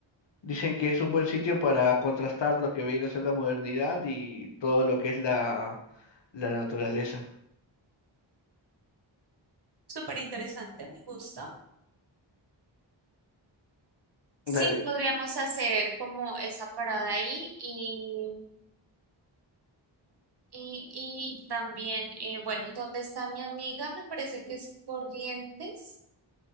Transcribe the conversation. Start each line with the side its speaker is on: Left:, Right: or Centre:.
Left: Dicen que es un buen sitio para contrastar lo que viene a ser la modernidad y todo lo que es la, la naturaleza.
Right: súper interesante, me gusta. Sí,
Left: Dale,
Right: podríamos hacer como esa parada ahí y Y, y también, eh, bueno, ¿dónde está mi amiga? Me parece que es Corrientes,